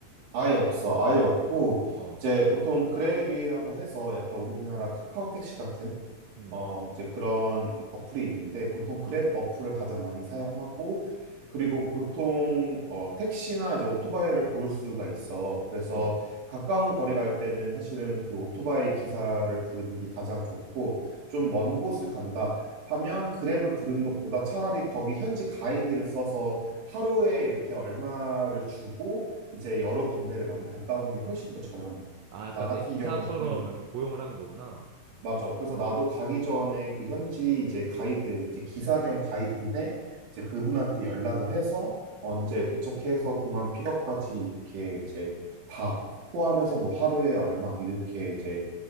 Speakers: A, on the right; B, on the right.
A: 아예 없어. 아예 없고
B: 어
A: 이제 보통 그랩이라고 해서 약간 우리나라 카카오 택시 같은
B: 음.
A: 어, 이제 그런 어플이 있는데 보통 그랩 어플을 가장 많이 사용하고 그리고 보통 어, 택시나 이제 오토바이를 고를 수가 있어. 그래서
B: 어.
A: 가까운 거리 갈 때는 사실은 그 오토바이 기사를 부르는 게 가장 좋고 좀 먼 곳을 간다 하면 그랩을 부르는 것보다 차라리 거기 현지 가이드를 써서 하루에 이렇게 얼마를 주고 이제 여러 군데를 많이 갔다 오는 게 훨씬 더 저렴해.
B: 아, 약간
A: 나 같은
B: 내 기사처럼
A: 경우는
B: 약간 고용을 하는 거구나.
A: 맞아. 그래서 나도 가기 전에 그 현지 이제 가이드, 이제 기사 겸 가이드인데, 이제 그분한테 연락을 해서 언제 도착해서 공항 픽업까지 이렇게 이제 다 포함해서 뭐 하루에 얼마 이렇게 이제